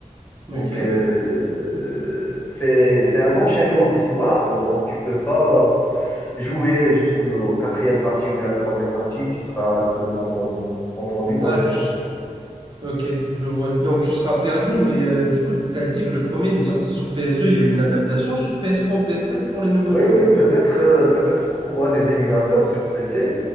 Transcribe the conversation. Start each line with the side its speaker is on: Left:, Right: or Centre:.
Right: Ok.
Left: Donc, euh, c'est, c'est un enchaînement d'histoires. euh, Donc, tu peux pas jouer juste au quatrième partie ou bien à la troisième partie. Tu seras un peu confondu. confondu. Donc,
Right: Ah, tu... Ok, je vois. Donc tu seras perdu, mais euh, du coup, t- t'as dit que le premier, il est sorti sur PS2. Il y a eu une adaptation sur PS3 ou PS4 pour les nouveaux
Left: Oui,
Right: joueurs
Left: oui,
Right: ou pas?
Left: peut-être euh, peut-être tu trouveras des émulateurs sur PC,